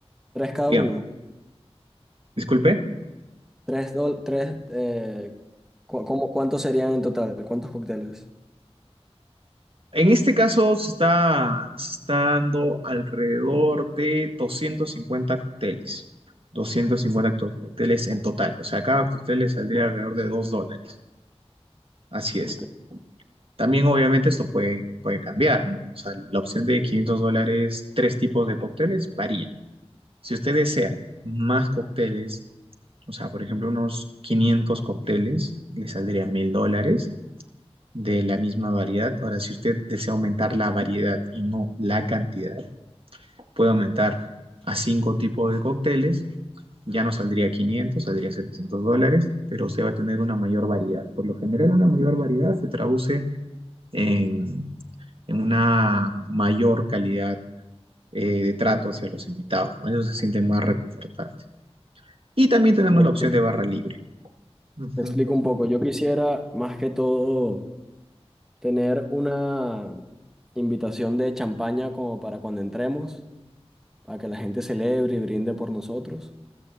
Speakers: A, in the centre; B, on the right.
A: tres cada
B: digamos,
A: uno.
B: disculpe.
A: Tres, dol- tres, eh, cu- cómo- ¿cuántos serían en total? ¿Cuántos cócteles?
B: En este caso se está, se está dando alrededor de 250 cócteles. 250 to- cócteles en total. O sea, cada cóctel le saldría alrededor de 2 dólares. Así es.
A: Ok.
B: También obviamente esto puede, puede cambiar, ¿no? O sea, la opción de 500 dólares, tres tipos de cócteles, varía. Si usted desea más cócteles, o sea, por ejemplo, unos 500 cócteles, le saldría 1000 dólares de la misma variedad. Ahora, si usted desea aumentar la variedad y no la cantidad, puede aumentar a cinco tipos de cócteles. Ya no saldría 500, saldría 700 dólares, pero usted va a tener una mayor variedad. Por lo general, una mayor variedad se traduce en, en una mayor calidad eh, de trato hacia los invitados. ¿no? Ellos se sienten más reconfortantes. Y también tenemos
A: Bueno,
B: la opción
A: te,
B: de barra libre. Ujú.
A: te explico un poco. Yo quisiera, más que todo, tener una invitación de champaña como para cuando entremos, para que la gente celebre y brinde por nosotros.